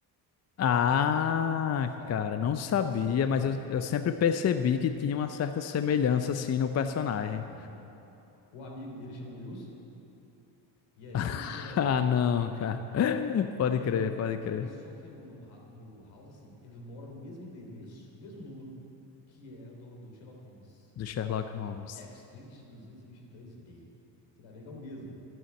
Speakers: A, on the left; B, on the left.
A: Ah,
B: Você vai. Ó.
A: cara, não sabia,
B: as.
A: mas
B: É.
A: eu, eu sempre percebi que tinha uma certa semelhança, assim, no personagem.
B: Sim. O amigo dele chama Wilson. E aí
A: <laughs>
B: você vai
A: Ah,
B: ver,
A: não, cara. <laughs>
B: entendeu?
A: Pode
B: E aí,
A: crer, pode
B: e
A: crer.
B: aí só que no, no, ha- no House, assim, eles moram no mesmo endereço, o mesmo número, que é o do, do Sherlock Holmes.
A: Do Sherlock Holmes.
B: Back Street 223B. Você vai ver que é o mesmo.